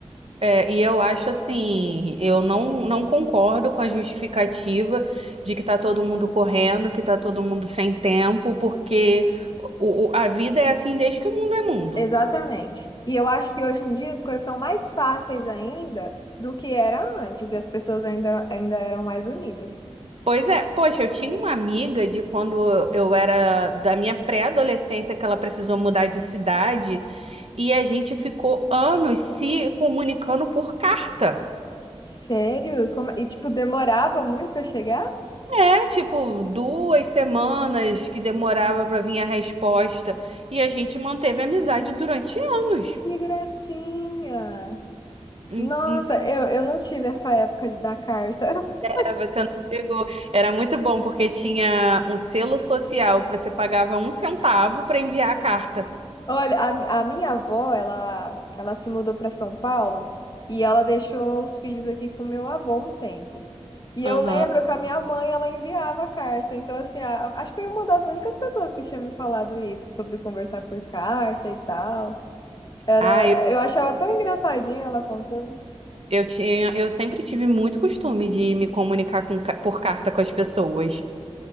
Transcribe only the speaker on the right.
É, e eu acho assim, eu não, não concordo com a justificativa de que tá todo mundo correndo, que tá todo mundo sem tempo, porque o, o- a vida é assim desde que o mundo é mundo.
Pois é, poxa, eu tinha uma amiga de quando eu era da minha pré-adolescência que ela precisou mudar de cidade e a gente ficou anos se comunicando por carta.
É, tipo, duas semanas que demorava pra vir a resposta e a gente manteve a amizade durante anos.
Hum,
hum,
é, Você não pegou. Era muito bom porque tinha um selo social que você pagava um centavo pra enviar a carta.
Aham.
Ah,
Eu tinha, eu sempre tive muito costume de me comunicar com ca- por carta com as pessoas.